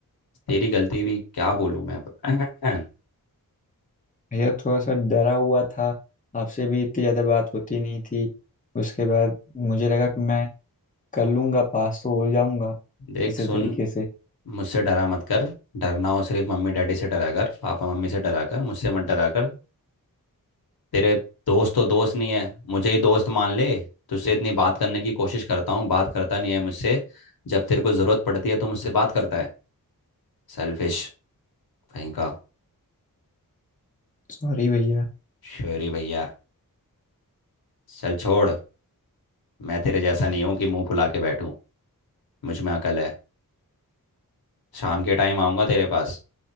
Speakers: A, on the left; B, on the left.
A: तेरी गलती भी क्या बोलूँ मैं अब <clears throat>
B: भैया थोड़ा सा डरा हुआ था आपसे भी इतनी ज़्यादा बात होती नहीं थी उसके बाद मुझे लगा कि मैं कर लूंगा पास तो हो जाऊंगा
A: देख
B: किसी
A: सुन
B: तरीके से
A: मुझसे डरा मत कर डरना हो सिर्फ मम्मी डैडी से डरा कर पापा मम्मी से डरा कर मुझसे मत डरा कर तेरे दोस्त तो दोस्त नहीं है मुझे ही दोस्त मान ले तुझसे इतनी बात करने की कोशिश करता हूँ बात करता नहीं है मुझसे जब तेरे को ज़रूरत पड़ती है तो मुझसे बात करता है सेल्फिश कहीं का
B: सॉरी भैया
A: श्योरी भैया चल छोड़ मैं तेरे जैसा नहीं हूँ कि मुंह फुला के बैठूं मुझ में अकल है शाम के टाइम आऊँगा तेरे पास